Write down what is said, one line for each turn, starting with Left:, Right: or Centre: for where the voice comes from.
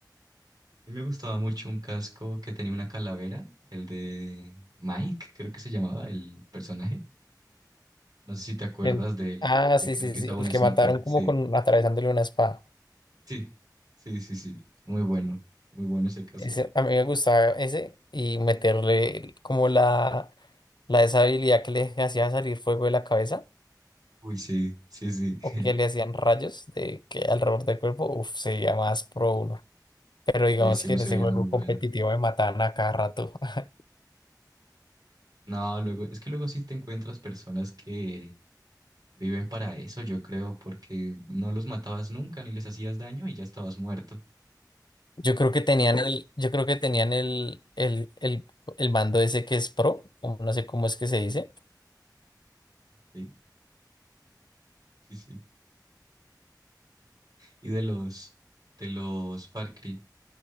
Right: Y me gustaba mucho un casco que tenía una calavera, el de Mike, creo que se llamaba el personaje. No sé si te acuerdas
Left: el,
Right: de él,
Left: ah
Right: que
Left: sí
Right: creo
Left: sí
Right: que
Left: sí
Right: usaba un
Left: el que
Right: sniper.
Left: mataron
Right: Sí,
Left: como con atravesándole una espada
Right: sí, sí, sí, sí. Muy bueno, muy bueno ese casco.
Left: ese, a mí me gustaba ese y meterle el- como la La de esa habilidad que le hacía salir fuego de la cabeza
Right: Uy, sí, sí, sí. <laughs>
Left: o que le hacían rayos de que alrededor del cuerpo, uff, sería más pro uno. Pero
Right: Sí,
Left: digamos
Right: sí,
Left: que
Right: uno
Left: en
Right: se
Left: ese
Right: veía
Left: juego
Right: muy bueno.
Left: competitivo me mataban a cada rato. <laughs>
Right: No, luego, es que luego sí te encuentras personas que viven para eso, yo creo, porque no los matabas nunca ni les hacías daño y ya estabas muerto.
Left: Yo creo que tenían el, yo creo que tenían el, el, el, el mando ese que es pro, como- no sé cómo es que se dice,
Right: Ok, Sí, sí. Y de los, de los Far Cry.